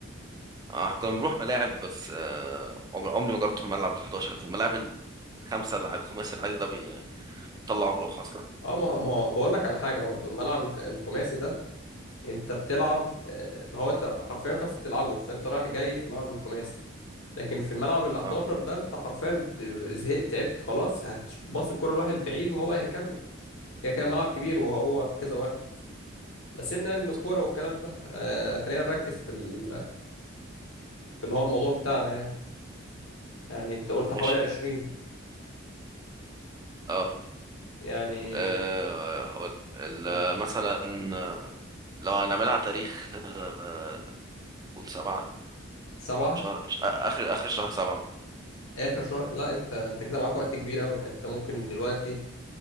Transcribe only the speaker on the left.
اه ما ما هو بقول لك على حاجة برضو الملعب الخ- الخماسي ده انت بتلعب آه، اللي هو انت حرفيا خمسة بتلعبه فانت رايح جاي في الملعب الخماسي لكن في الملعب ال 11
ده انت حرفيا بت- زهقت تعبت خلاص هتباص الكورة لواحد بعيد وهو هيكمل كده كده ملعب كبير وهو في كذا واحد بس سيبنا يعني من
الكورة والكلام ده آه خلينا نركز في ال... في اللي هو الموضوع بتاعنا يعني يعني انت قلت حوالي
20
يعني
قول
سبعة
آخر شهر لا أنت أنت كده معاك وقت كبير أوي يعني أنت ممكن دلوقتي